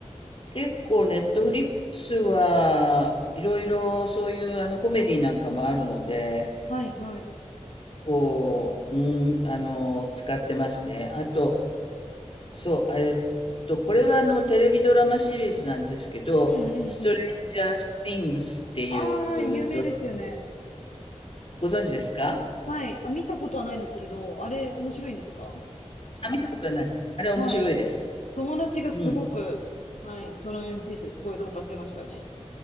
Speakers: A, on the left (about 50°); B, on the left (about 90°).
A: 結構ネットフリックスはいろいろそういうあのコメディなんかもあるので、
B: はい、はい。
A: こう、うん、あの、使ってますね。あと、そう、えっと、これはあのテレビドラマシリーズなんですけど、
B: うん、うん、
A: ストレンジャースティングスっていうドラマ、
B: うん。ああ、有名ですよね。
A: ご存知ですか
B: はい。あ、見たことはないんですけど、あれ面白いんですか
A: あ、見たことない。あれ面白いです。
B: はい。友達がすごく、
A: うん。
B: はい、その絵についてすごい語ってましたね。